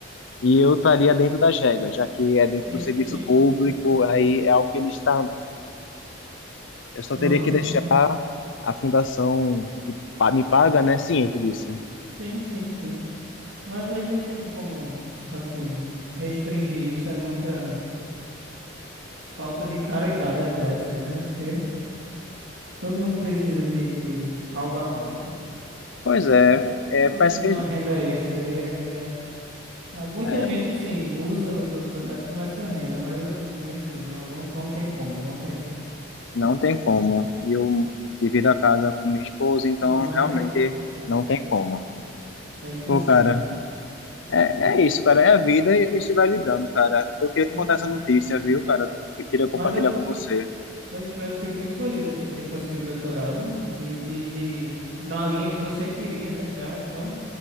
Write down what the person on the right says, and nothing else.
sim,
sim,
sim.
Aham,
aham.
Sim, sim, sim. Mas aí não tem como, assim, restringir isso. É muita falta de caridade até, assim, né? Porque. Todo mundo precisa de, de algo a mais, né?
Todo mundo
precisa
de uma renda extra. E é, e é- ah, Muita
gente, assim, usa o doutorado como essa renda, mas, eu n- enfim, não, não, não tem como, não tem como.
Não
tem como, não tem
como.
É impossível.
Sim,
sim.
Mas eu,
oxe, mas eu fico muito feliz, assim, de ter conseguido doutorado de- e, e na linha que você queria, né, já. Então,